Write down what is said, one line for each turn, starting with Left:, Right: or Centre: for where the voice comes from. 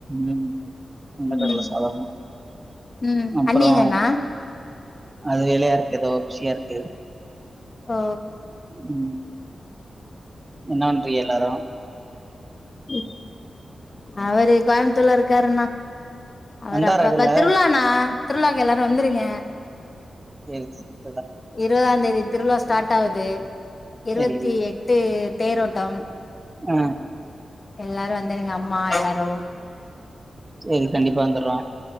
Right: ம் கொண்டக்கடல
Left: ம்
Right: சாதோ
Left: ம்
Right: அப்றோ
Left: அன்னி எங்கண்ணா
Right: அது வேலையா இருக்கு ஏதோ பிசியா இருக்கு
Left: ஓ
Right: ம் என்னா பன்றிங்க எல்லாரும்
Left: ம் அவரே கோயம்புத் த்துல இருக்காரு அண்ணா அவரு
Right: வந்தாரா
Left: அப்பப்ப
Right: இடைல
Left: திருவிழாண்ணா திருவிழாக்கு எல்லாரும் வந்துருங்க
Right: சேரி சே
Left: இருவதாம் தேதி திருவிழா ஸ்டார்ட் ஆகுது இருபத்தி
Right: சரி
Left: எட்டு தேரோட்டம்
Right: ஆ
Left: எல்லாரும் வந்துருங்க அம்மா எல்லாரும்
Right: செரி கண்டிப்பா வந்துறோம்